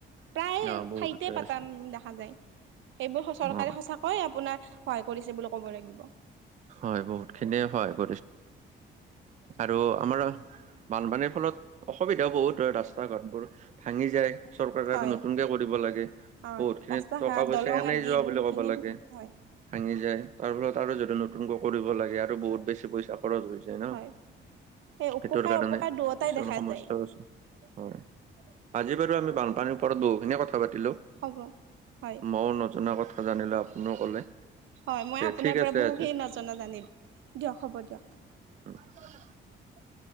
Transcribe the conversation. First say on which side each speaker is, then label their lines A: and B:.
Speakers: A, on the right; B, on the right.
A: প্ৰায়
B: অ বহুত
A: ঠাইতে পাতা
B: আছে
A: দেখা যায়। সেইবোৰ চৰকাৰে
B: অ
A: সচাকৈয়ে আপোনাৰ সহায় কৰিছে বুলি ক'ব লাগিব।
B: হয়, বহুত খিনিয়ে সহায় ক
A: <unintelligible>
B: আৰু আমাৰ বানপানীৰ ফলত অসুবিধা বহুত হয় ৰাস্তা ঘাটবোৰ ভাঙি যায়, চৰকাৰে
A: হয়
B: আৰু নতুনকে কৰিব লাগে।
A: হয়
B: বহুত খিনিত
A: ৰাস্তা
B: টকা
A: ঘাট
B: পইচা
A: দলং
B: এনেই
A: আদি
B: যোৱা
A: বহুখিনি
B: বুলি ক'ব লাগে,
A: হয়
B: ভাঙি যায়। তাৰ ফলত আৰু যদি নতুনকৈ কৰিব লাগে আৰু বহুত বেছি পইচা খৰচ হৈ যায় ন'।
A: হয় সেই উপকাৰ
B: সেইটোৰ কাৰণে
A: অপকাৰ দুয়োটাই
B: কিছুমান
A: দেখা
B: সমস্যাও
A: যায়
B: আছে, হয়, আজি বাৰু আমি বানপানীৰ ওপৰত বহুখিনিয় কথা পাতিলোঁ
A: হ'ব হয়
B: ময়ও নজনা কথা জানিলোঁ, আপুনিও কলে।
A: হয়, মই
B: তে
A: আপোনাৰ
B: ঠিক
A: পৰা
B: আছে
A: বহুতখিনি
B: আজি
A: নজনা জানিলোঁ। দিয়ক হ'ব দিয়ক।
B: <unintelligible>